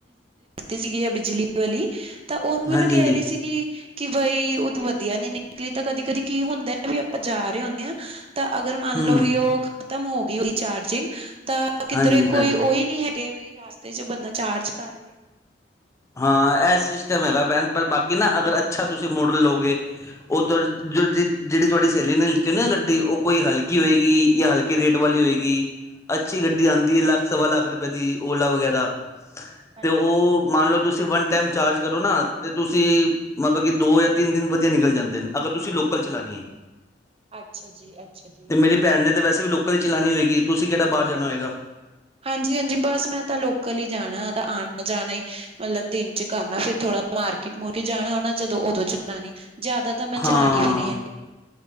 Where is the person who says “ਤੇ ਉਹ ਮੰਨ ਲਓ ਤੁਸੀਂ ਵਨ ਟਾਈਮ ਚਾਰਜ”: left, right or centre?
Left